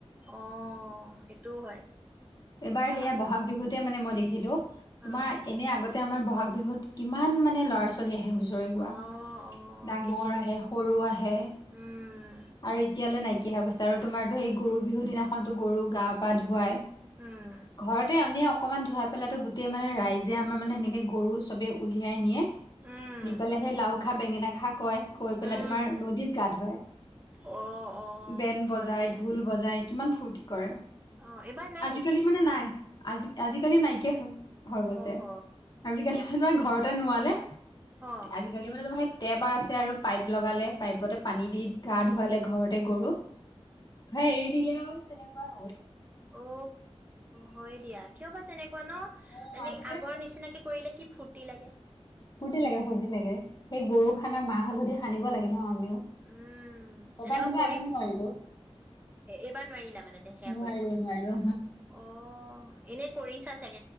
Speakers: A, on the right; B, on the left.
A: আহ সেইটোও হয়।
B: এইবাৰ
A: আহ
B: সেয়া বহাগ বিহুতে মানে মই দেখিলো
A: হা
B: তোমাৰ এনে আগতে আমাৰ বহাগ বিহুত কিমান মানে ল'ৰা ছোৱালী আহ আহে হুঁচৰি গোৱা
A: অ অ
B: ডাঙৰ
A: ঠিকেই
B: আহে সৰু আহে। আৰু
A: উম
B: এতিয়ালে নাই নাইকিয়া হৈ গৈছে আৰু তোমাৰতো এই গৰু বিহু দিনাখনতো গৰু গা পা ধুৱাই
A: উম
B: ঘৰতে এনে অ অকণমান ধুৱাই পেলাতো গোটেই মানে ৰাইজে আমাৰ মানে সেনেকে গৰু চবে উলিয়াই নিয়ে
A: উম
B: নি পেলালে সে লাও খা বেঙেনা খ খাও কয় কৈ পেলাই
A: উম
B: তোমাৰ নদীত গা ধয়
A: অ অ
B: বেন বজাই
A: হয় দিয়া
B: ঢোল বজাই কিমান ফূৰ্ত্তি কৰে।
A: অ এইবাৰ নাই
B: আজিকালি
A: নেকি তেনেকুৱা
B: মানে নাই আজি আজিকালি নাইকিয়া হম হৈ গৈছে
A: অহ
B: আজিকালি মানে ঘ ঘৰতে নোৱালে
A: অ অ
B: তে আজি কালি মানে ত তেবাৰ আছে আৰু পাইপ লগালে পাইপতে পানী দি গা ধোৱালে ঘৰতে গৰুক থই এৰি দিলে আৰু তেনেকুৱা হৈছ
A: অ হয় দিয়া কিয় বা তেনেকে ন
B: অ
A: এনে
B: আজিকালি
A: আগৰ নিচিনাকে কৰিলে কি ফূৰ্তি লাগে
B: ফূুৰ্তি লাগে ফুৰ্তি লাগে সেই গৰু খানাৰ মাহ হালধি সানিব লাগে ন আমিও
A: উম
B: এবাৰ
A: এনেকুৱা
B: কিন্তু
A: কৰি
B: আমিও নোৱাৰিলো
A: এইবাৰ নোৱাৰিলা মানে সেয়া
B: নোৱাৰিলো
A: কৰিব
B: নোৱাৰিলো
A: অ এনে কৰি চাই